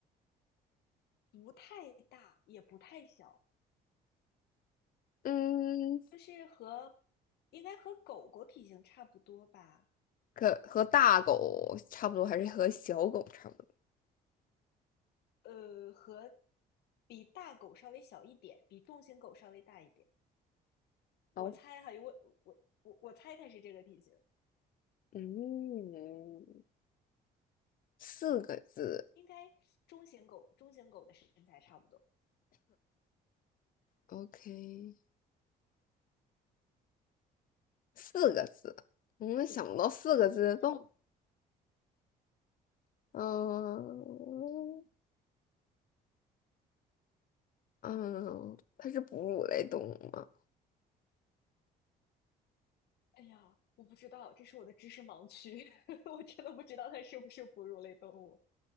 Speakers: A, on the left (about 75°); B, on the left (about 55°).
A: 不太大也不太小。
B: 嗯，
A: 就是和应该和狗狗体型差不多吧，
B: 可和大狗差不多，还是和小狗差不多？
A: 呃，和比大狗稍微小一点，比重型狗稍微大一点。我猜哈，
B: 好，
A: 因为我我我我猜它是这个体型，
B: 嗯，四个字
A: 应该中型狗中型狗的身材差不多。
B: ，OK，四个字。我们想不到四个字的动物
A: 嗯，
B: 嗯。嗯，它是哺乳类动物吗
A: 哎呀，我不知道，这是我的知识盲区，<laughs> 我真的不知道它是不是哺乳类动物。